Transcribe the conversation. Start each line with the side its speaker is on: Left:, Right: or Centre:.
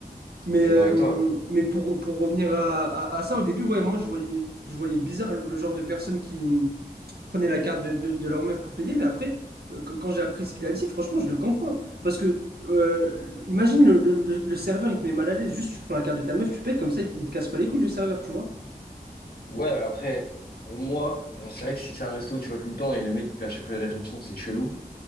Left: Je
Right: Mais,
Left: suis d'accord
Right: euh,
Left: avec toi.
Right: mais pour, pour revenir à, à- à ça, au début, ouais, moi, je voyais, je voyais bizarre le, le genre de personnes qui hum, prenaient la carte de, de- de leur meuf pour payer. Mais après, que- que- quand j'ai appris ce qu'il a dit, franchement, je le comprends. Parce que, euh, imagine, le, le- le- le serveur, il te met mal à l'aise. Juste, tu prends la carte de ta meuf, tu payes, comme ça, il, il te casse pas les couilles, le serveur, tu vois.
Left: Ouais, mais après, pour moi, genre, c'est vrai que si c'est un resto où tu vas tout le temps et le mec il te fait à chaque fois une réflexion, c'est chelou.